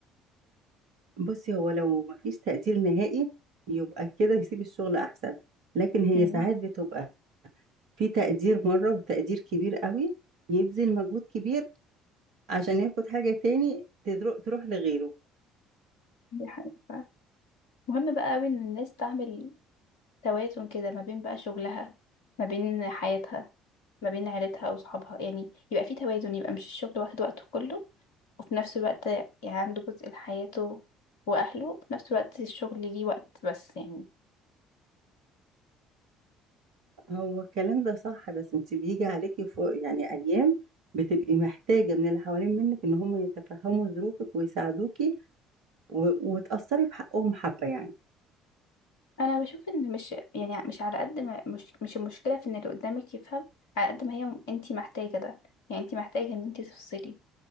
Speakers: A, on the right (about 55°); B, on the left (about 65°).
A: بصي هو لو مفيش تقدير نهائي يبقى كده يسيب الشغل احسن لكن هي
B: امم
A: ساعات بتبقى في تقدير مرة وتقدير كبير قوي يبذل مجهود كبير عشان ياخد حاجة تاني تدرو- تروح لغيره
B: دي حقيقة مهم بقى قوي ان الناس تعمل توازن كده ما بين بقى شغلها ما بين حياتها ما بين عيلتها وصحابها يعني يبقى في توازن يبقى مش الشغل واخد وقته كله وفي نفس الوقت يعني عنده جزء لحياته وأهله وفي نفس الوقت الشغل ليه وقت بس يعني
A: هو الكلام ده صح بس انت بيجي عليكي فوق يعني ايام بتبقي محتاجة من اللي حوالين منك ان هم يتفهموا ظروفك ويساعدوكي و... وتأثري في حقهم حبة يعني
B: أنا بشوف إن مش يعني مش على قد ما مش مش المشكلة في إن اللي قدامك يفهم على قد ما هي م- أنتي محتاجة ده يعني أنتي محتاجة إن أنتي تفصلي